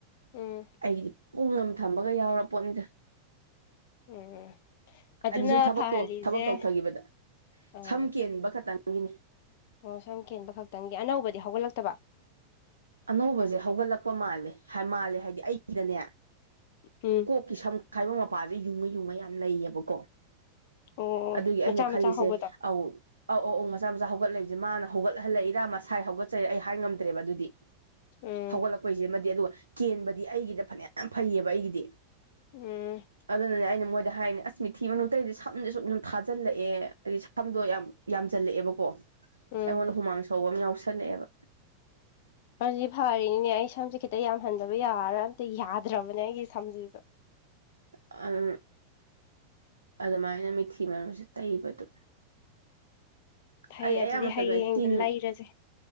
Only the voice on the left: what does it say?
ꯎꯝ
ꯎꯝ ꯑꯗꯨꯅ
ꯐꯍꯜꯂꯤꯁꯦ
ꯑꯣ
ꯑꯣ ꯁꯝ ꯀꯦꯟꯕ ꯈꯛꯇꯪꯒꯤ ꯑꯅꯧꯕꯗꯤ ꯍꯧꯒꯠꯂꯛꯇꯕ
ꯍꯝ
ꯑꯣ ꯑꯣ
ꯃꯆꯥ
ꯃꯆꯥ ꯍꯧꯕꯗꯣ
ꯎꯝ
ꯎꯝ
ꯎꯝ
ꯑꯗꯨꯗꯤ ꯐꯔꯤꯅꯤꯅꯦ ꯑꯩ ꯁꯝꯁꯦ ꯈꯤꯇ ꯌꯥꯝꯍꯟꯗꯕ ꯌꯥꯔꯔꯣꯢ ꯑꯝꯇ ꯌꯥꯗ꯭ꯔꯕꯅꯦ ꯑꯩꯒꯤ ꯁꯝꯁꯤꯁꯨ꯫
ꯐꯩ
ꯑꯗꯨꯗꯤ
ꯍꯌꯦꯡꯗꯣ
ꯂꯩꯔꯁꯦ